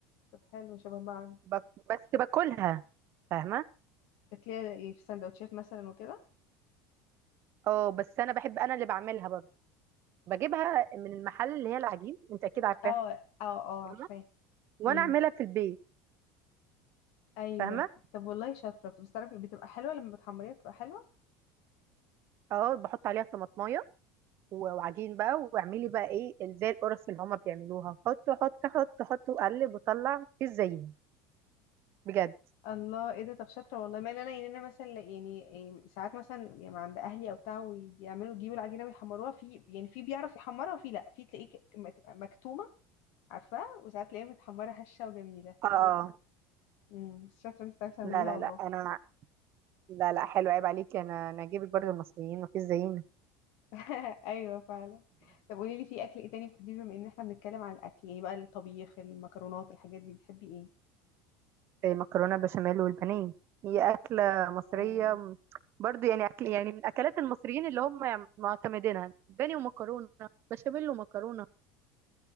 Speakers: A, on the left; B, on the right.
A: طب حلو شبه بعض
B: بك... بس باكلها فاهمة
A: شكلها ايه في سندوتشات مثلا وكده
B: اه بس انا بحب انا اللي بعملها برضه بجيبها من المحل اللي هي العجين انت اكيد عارفاها
A: اه اه اه
B: فاهمه
A: عارفاه
B: وانا
A: امم
B: اعملها في البيت
A: ايوه
B: فاهمه
A: طب والله شاطره بس تعرفي بتبقى حلوه لما بتحمريها بتبقى حلوه
B: اه بحط عليها طماطمايه و- وعجين بقى واعملي بقى ايه زي القرص اللي هما بيعملوها حط حط حط حط وقلب وطلع مفيش زيها بجد
A: الله ايه ده طب شاطره والله ما انا يعني انا مثلا لا- يعني إيه، ساعات مثلا يعني عند اهلي او بتاع ويعملوا يجيبوا العجينه ويحمروها في يعني في بيعرف يحمرها وفي لا في تلاقيه ك- م- تبقى مكتومه عارفاه وساعات تلاقيها متحمره هشه وجميله
B: اه
A: امم بس شاطره انت بتعرفي تعمليها
B: لا لا
A: والله
B: لا انا لا لا حلو عيب عليكي انا انا اجيبك برضو المصريين مفيش زينا
A: <laughs> ايوه فعلا طب قولي لي في اكل ايه تاني بتحبيه بما ان احنا بنتكلم عن الاكل ايه بقى الطبيخ المكرونات الحاجات دي بتحبي ايه
B: إيه، مكرونه بشاميل والبانيه هي اكله مصريه
A: أوه.
B: م- برضو يعني اكل يعني من اكلات المصريين اللي هم معتمدينها بانيه ومكرونه بشاميل ومكرونه